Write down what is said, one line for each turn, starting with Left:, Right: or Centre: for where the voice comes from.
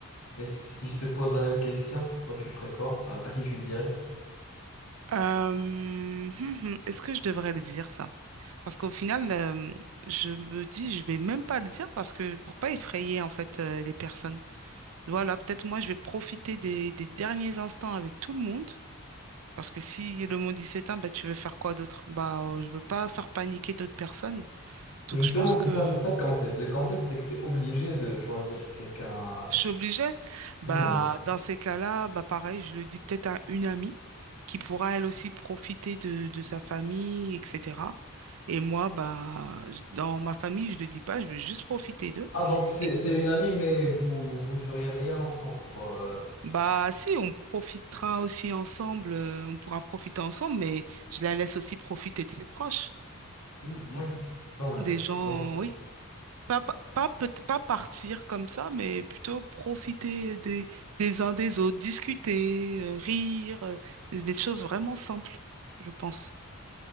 Left: Et si
Right: Bon.
Left: je te pose la même question, toi tu ferais quoi? À, à qui tu le dirais?
Right: Euh, hum, hum, est-ce que je devrais le dire ça? Parce qu'au final, euh, je me dis, je vais même pas le dire parce que pour pas effrayer en fait euh, les personnes. Voilà, peut-être moi je vais profiter des, des derniers instants avec tout le monde. Parce que si le monde il s'éteint, bah, tu veux faire quoi d'autre? Bah, euh, je veux pas faire paniquer d'autres personnes. Donc
Left: Justement,
Right: je pense
Left: c'est
Right: que
Left: ça, c'est ça le concept. Le concept, c'est que tu es obligé de choisir quelqu'un.
Right: Je suis obligée. Bah,
Left: Hmm.
Right: dans ces cas-là, bah, pareil, je le dis peut-être à une amie qui pourra elle aussi profiter de, de sa famille, etc. Et moi, bah, dans ma famille, je le dis pas, je vais juste profiter d'eux.
Left: Ah, donc c'est
Right: Et
Left: c'est une amie, mais vous, vous ne feriez rien ensemble, quoi. Euh,
Right: bah, si, on profitera aussi ensemble, euh, on pourra profiter ensemble, mais je la laisse aussi profiter de ses proches,
Left: Oui, oui, quand même,
Right: des gens,
Left: bien sûr.
Right: oui, Pas, pa- pas, peut- pas partir comme ça, mais plutôt profiter des, des uns des autres, discuter, euh, rire, euh, des choses vraiment simples, je pense.